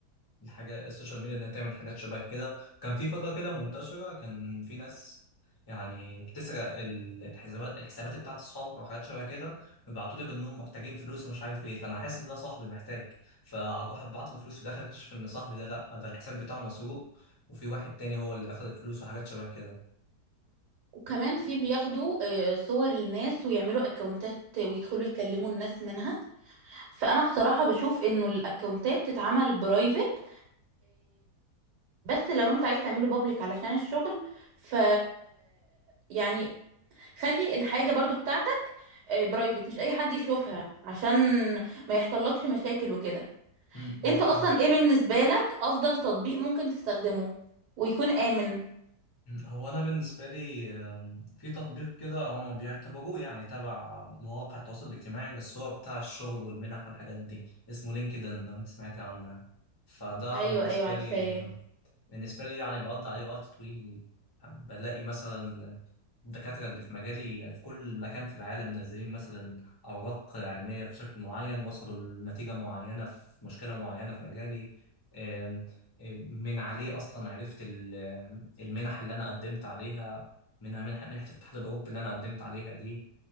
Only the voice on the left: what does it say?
الحاجات السوشيال ميديا انها تعمل حاجات شبه كده كان في فترة كده منتشرة كان في ناس يعني بتسرق ال- الحسابات الحسابات بتاعت اصحابك او حاجات شبه كده ويبعتوا لك انهم محتاجين فلوس ومش عارف ايه فانا حاسس ان ده صاحبي محتاج فاروح ابعت له فلوس في الاخر اكتشف ان صاحبي ده لا ده الحساب بتاعه مسروق وفي واحد تاني هو اللي اخذ الفلوس وحاجات شبه كده
امم
فاهم
هو انا بالنسبه لي آم، في تطبيق كده هما بيعتبروه يعني تبع مواقع التواصل الاجتماعي بس هو بتاع الشغل والمنح والحاجات دي اسمه لينكدين لو انت سمعتي عنه يعني. فده
بالنسبه
لي بالنسبة لي يعني بقضي عليه وقت طويل يعني بلاقي مثلا الدكاترة اللي في مجالي في كل مكان في العالم منزلين مثلا أوراق علمية بشكل معين وصلوا لنتيجة معينة في مشكلة معينة في مجالي آم، آم، من عليه أصلا عرفت ال- آم، المنح اللي أنا قدمت عليها منها منح- منحة الاتحاد الأوروبي اللي أنا قدمت عليها دي